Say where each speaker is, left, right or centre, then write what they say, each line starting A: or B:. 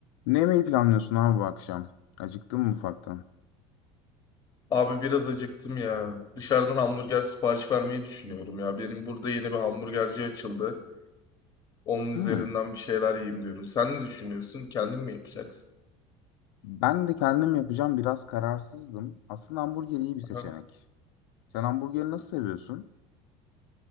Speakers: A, on the left (about 85°); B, on the left (about 25°).
A: Ne yemeği planlıyorsun abi bu akşam? Acıktın mı ufaktan?
B: Abi biraz acıktım ya. Dışarıdan hamburger sipariş vermeyi düşünüyorum ya. Benim burada yeni bir hamburgerci açıldı. Onun üzerinden
A: Hmm.
B: bir şeyler yiyeyim diyorum. Sen ne düşünüyorsun? Kendin mi yapacaksın?
A: Ben de kendim yapacağım biraz kararsızdım. Aslında hamburger iyi bir seçenek.
B: Aha.
A: Sen hamburgeri nasıl seviyorsun?